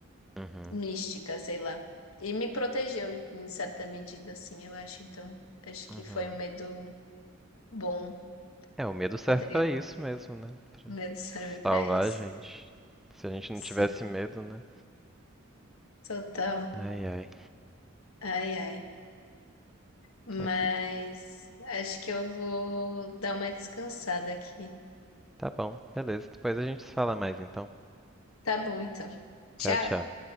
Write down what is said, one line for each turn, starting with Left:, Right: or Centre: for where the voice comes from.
Centre: Uhum.
Left: mística, sei lá. E me protegeu em certa medida, assim, eu acho. Então, acho
Centre: Uhum.
Left: que foi um medo bom.
Centre: É, o medo serve
Left: Poderia,
Centre: pra isso mesmo, né? Pra
Left: o medo <laughs> serve para
Centre: salvar
Left: isso.
Centre: a gente. Se a gente não
Left: Sim,
Centre: tivesse medo, né?
Left: total.
Centre: Ai, ai.
Left: Ai, ai. Mas
Centre: Aqui.
Left: acho que eu vou dar uma descansada aqui.
Centre: Tá bom, beleza. Depois a gente se fala mais então.
Left: Tá bom, então. Tchau.
Centre: Tchau, tchau.